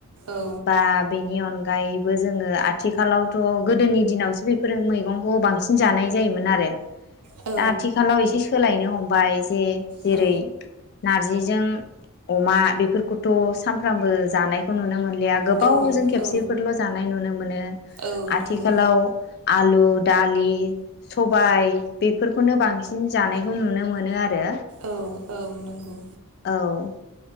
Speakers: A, on the right; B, on the left.
A: औ
B: बा बेनि अन गायबो जोंङो आथिखालावथ गोदोनि दिनावसो बेफोरो मैगंखौ बांसिन जानाय जायोमोन आरो
A: औ
B: दा आथिखालाव एसे सोलायनो हमबाय जे जेरै
A: औ
B: नारजिजों अमा बेफोरखौथ सानफ्रामबो जानायखौ नुनो मोनो गोबावजों
A: औ
B: खेबसेफोरल
A: औ
B: जानाय नुनो मोनो
A: औ
B: आथिखालाव
A: नंगौ
B: आलु दालि सबाय बेफोरखौनो बांसिन जानायखौ नुनो मोनो आरो
A: औ औ नंगौ
B: औ